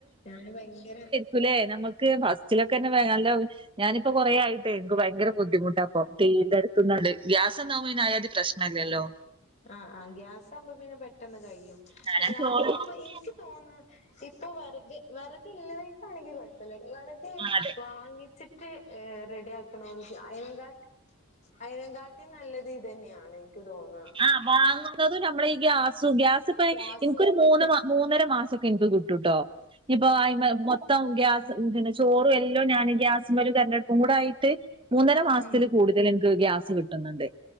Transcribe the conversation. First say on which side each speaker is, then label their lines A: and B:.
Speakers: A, on the left; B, on the right.
A: ഞാാന് ഭയങ്കര
B: ക്കുല്ലേ നമ്മക്ക് ഓക്ക് ഫസ്റ്റിലൊക്കെ തന്നെ നല്ല ഞാനിപ്പ കൊറേ ആയിട്ട് എനിക്ക് ഭയങ്കര ബുദ്ധിമുട്ടാപ്പം തീയിന്റെ അടുത്ത്ന്നാല് ഗ്യാസ്ന്നാവുമ്പ പിന്നെ അയാതി പ്രശ് നല്ലല്ലോ
A: ആഹ് ആഹ് ഗ്യാസാക്പ പിന്നെ പെട്ടെന്ന് കഴിയും
B: ഞാനാ
A: ഗ്യാസ
B: ചോറ്
A: ആകുമ്പ
B: ആഹ്
A: എനിക്ക് തോന്ന ഇപ്പൊ വെറക് വെറക് ഇള്ളവർക്കാണെങ്കി കൊഴപ്പില്ല വെറക്
B: അതെ
A: വാങ്ങി ചിട്ട് റെഡിയാക്കണോല്ക്ക് അയ്ന്ങ്കാട്ടി അയനകാട്ടി നല്ലത് ഇത് തന്നെയാണ് എനിക്ക് തോന്നാ
B: ആഹ് വാങ്ങുന്നത് നമ്മള് ഈ ഗ്യാസു ഗ്യാസ് ഇപ്പ
A: ശ്വാസ
B: എന്ക്കൊരു മൂന്ന് മാ മൂന്നര മാസൊക്കെ എനിക്ക് കിട്ടൂട്ടോ ഇഞ്ഞിപ്പൊ ആയിമെ മൊത്തം ഗ്യാസ് പിന്നെ ചോറും എല്ലാം ഞാന് ഗ്യാസ് മേല് വെ കൂടായിട്ട് മൂന്നര മാസത്തില്
A: ഉം
B: കൂടുതല് എനിക്ക് ഗ്യാസ് കിട്ട് ട്ട്ന്നുണ്ടെ